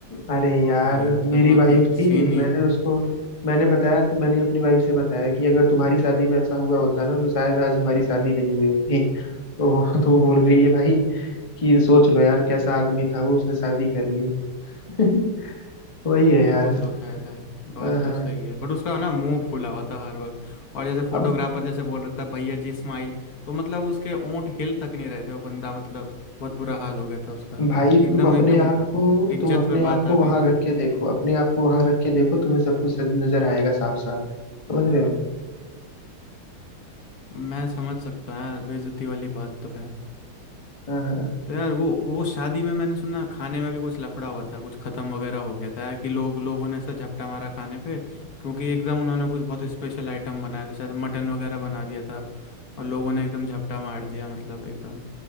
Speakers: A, on the left; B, on the left.
A: अरे यार
B: भाई मतलब
A: मेरी
B: बहुत
A: वाइफ
B: ही
A: थी
B: सीन ही
A: मैंने उसको मैंने बताया मैंने अपनी वाइफ से बताया कि अगर तुम्हारी शादी में ऐसा हुआ होता ना तो शायद आज हमारी शादी नहीं हुई होती तो वो <laughs> तो वो बोल रही है भाई कि ये सोच लो यार कैसा आदमी था वो उसने शादी कर ली <laughs> वही
B: भाई
A: है यार
B: वो तो है है बात
A: हाँ हाँ
B: तो सही है बट उसका ना मुंह फूला हुआ था हर वक्त और जैसे फोटोग्राफर
A: अब
B: जैसे बोल रहा था भैया जी स्माइल तो मतलब उसके ओंठ हिल तक नहीं रहे थे वो बंदा मतलब बहुत बुरा हाल हो गया था उसका
A: भाई
B: एकदम
A: तुम अपने
B: एकदम
A: आप को
B: इज्जत
A: तुम अपने
B: पे बात
A: आप को
B: आ गई
A: वहां
B: थी
A: रख के देखो अपने आप को वहां रख के देखो तुम्हें सब कुछ सज- नजर आएगा साफ साफ समझ रहे हो
B: मैं समझ सकता हूँ यार बेइज्जती वाली बात तो है
A: हाँ हाँ
B: तो यार वो वो शादी में मैंने सुना खाने में भी कुछ लफड़ा हुआ था कुछ खत्म वगैरह हो गया था यार कि लोग लोगों ने ऐसा झपटा मारा खाने पे क्योंकि एकदम उन्होंने कुछ बहुत स्पेशल आइटम बनाया था शायद मटन वगैरह बना दिया था और लोगों ने एकदम झपटा मार दिया मतलब एकदम